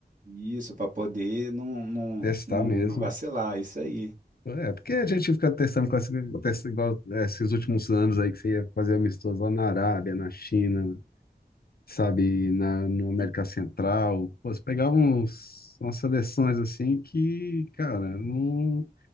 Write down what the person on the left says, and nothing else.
Testar
mesmo.
É, porque a gente fica testando com esse- testa igual, é, esses últimos anos aí que você ia fazer amistoso lá na Arábia, na China, sabe, na, na América Central. Pô, você pegava uns, umas seleções assim que, cara, não,